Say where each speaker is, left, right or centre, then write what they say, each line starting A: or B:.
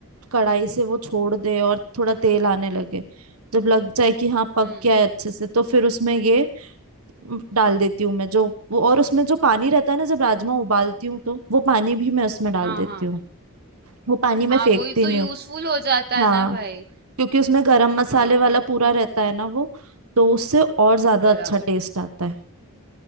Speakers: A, on the right (about 80°); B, on the right (about 45°).
A: कढ़ाई से वो छोड़ दे और थोड़ा तेल आने लगे जब लग जाए कि हाँ पक
B: हम्म
A: गया है अच्छे से तो फिर उसमें ये म, डाल देती हूँ मैं जो वो और उसमें जो पानी रहता है ना जब राजमा उबालती हूँ तो वो पानी भी मैं उसमें डाल
B: हाँ
A: देती
B: हाँ
A: हूँ वो पानी मैं
B: हाँ
A: फेंकती
B: वही तो
A: नहीं
B: यूजफुल
A: हूँ
B: हो जाता है
A: हाँ
B: ना भाई
A: क्योंकि उसमें गरम मसाले
B: हाँ
A: वाला पूरा रहता है ना वो तो उससे और ज्यादा
B: बराबर
A: अच्छा टेस्ट
B: है
A: आता है